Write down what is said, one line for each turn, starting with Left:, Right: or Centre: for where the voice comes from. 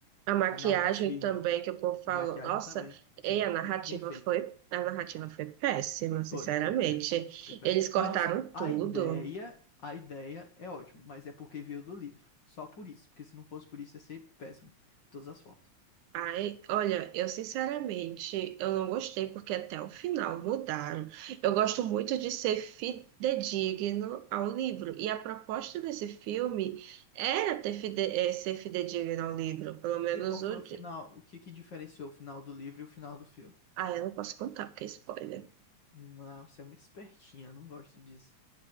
Right: A maquiagem
Left: a narrativa.
Right: também que o povo falou,
Left: Maquiagem
Right: nossa,
Left: também. Sim,
Right: e a narrativa
Left: muito bem feito.
Right: foi, a narrativa foi péssima, sinceramente.
Left: Foi, foi péssimo. Foi péssimo.
Right: Eles cortaram
Left: Mas assim,
Right: tudo,
Left: a ideia, a ideia é ótima, mas é porque veio do livro. Só por isso, porque se não fosse por isso ia ser péssimo, de todas as formas.
Right: Ai, olha, eu sinceramente, eu não gostei porque até o final mudaram. Eu gosto muito de ser fidedigno ao livro. E a proposta desse filme era ter fide eh, ser fidedigno ao livro. Pelo menos
Left: E qual foi
Right: o.
Left: o
Right: de-
Left: final? O que que diferenciou o final do livro e o final do filme?
Right: Ah, eu não posso contar porque é spoiler.
Left: Hum, Ah, você é muito espertinha, não gosto disso.